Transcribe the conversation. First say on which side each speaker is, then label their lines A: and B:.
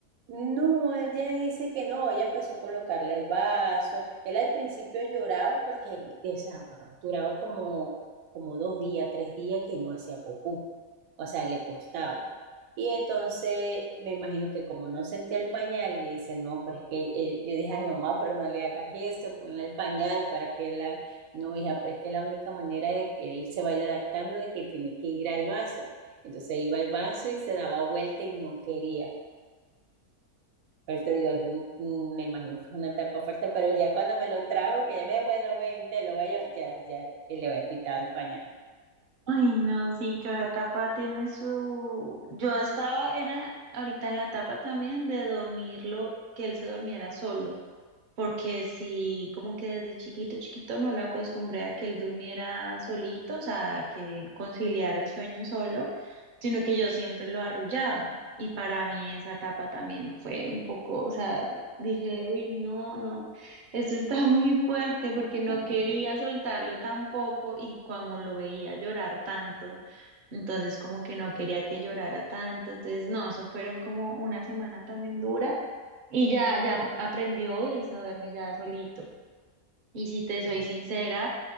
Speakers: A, on the right; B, on the right.
A: No, él ya dice que no, ella empezó a colocarle el vaso. Él al principio lloraba porque o duraba como, como dos días, tres días que no hacía popú. O sea, le costaba. Y entonces me imagino que como no sentía el pañal, le dice, no, pero es que eh, yo dije, ay mamá, pero no le hagas eso, ponle el pañal para que él, haga-". no, hija, pero es que la única manera de que él se vaya adaptando de que tiene que ir al vaso. Entonces iba al vaso y se daba vuelta y no quería. Pero te digo, es un- un- me imagino que es una etapa fuerte, pero ya cuando me lo trajo, que ya me dijo, bueno, ven, te lo voy a llevar, ya, ya, y le voy a quitar el pañal.
B: Ay, no, sí, cada etapa tiene su... Yo estaba, era ahorita en la etapa también de dormirlo, que él se durmiera solo. porque si como que desde chiquito, chiquito no lo acostumbré a que él durmiera solito, o sea, a que él conciliara el sueño solo, sino que yo siempre lo arrullaba. Y para mí esa etapa también fue un poco, o sea, dije, uy, no, no, esto está <laughs> muy fuerte porque
A: <laughs>
B: no quería soltarlo tampoco y como lo veía llorar tanto. Entonces como que no quería que llorara tanto. Entonces no, eso fueron como una semana también dura y ya, ya aprendió y él se duerme ya solito. Y si te soy
A: Sí.
B: sincera,